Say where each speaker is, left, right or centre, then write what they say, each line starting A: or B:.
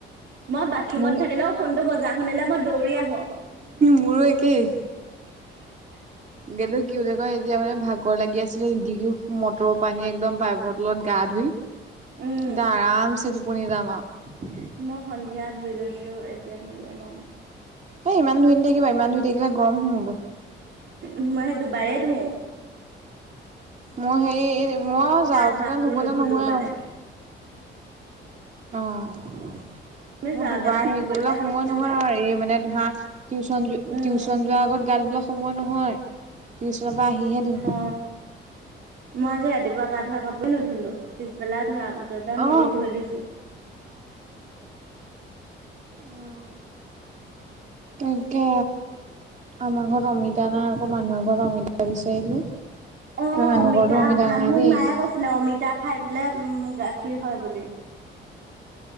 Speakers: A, on the right (about 65°); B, on the right (about 35°).
A: মই বাথৰুমত
B: মোৰ
A: থাকিলেও ফোনটো বজ শুনিলে মই দৌৰি আহো
B: মোৰো একেই
A: কি
B: কিন্তু কি বুলি কয় এতিয়া মানে ভাগৰ লাগি আছিলে দিঘলো মটৰৰ পানী একদম পাইপৰ তলত গা া ধুই এতিয়া
A: উম
B: আৰামছে টোপনি যাম আৰু
A: মই সন্ধিয়া ধুই লৈছো এতিয়া ধুবলৈ নাই
B: এ ইমান ধুই নথাকিবা ইমান ধুই থাকিলে গৰম সোমাব
A: উম মই সে দুবাৰে ধুও
B: মই হেৰি মই যাওঁতেতে
A: গা ধোৱা কাপোৰ
B: ধুবলৈ
A: নুধুলো
B: নহয়
A: মানে
B: আৰু আহ
A: আমি
B: মোৰ
A: যাওঁতে
B: দুবাৰ
A: মানে
B: হেৰি
A: দুপৰীয়া
B: কৰিবলৈ সময়
A: হৈ থাকে
B: নহয়
A: যে
B: আৰু এই মানে ধৰা টিউচন
A: উম
B: টিউশচন যোৱাৰ আগত গাত বলাক য় নহয় পৰা আহিহে ধুও
A: অ মই আজি ৰাতিপুৱা গা ধোৱা কাপৰে নুধুলো পিছবেলা ধোৱা টা মেলি
B: অ
A: ধৈ দিছো
B: উম ত তাকে আমাৰ ঘৰত অমিতা নাই আকৌ মানুহৰ ঘৰত অমিতা বিচাৰিলো
A: অ'
B: মানুহ
A: অমিতা
B: ঘৰতো নাই
A: মোক
B: দেই
A: মায়ে কৈছিলে অমি তা খাই দিলে উম গাখীৰ হয় বুলি।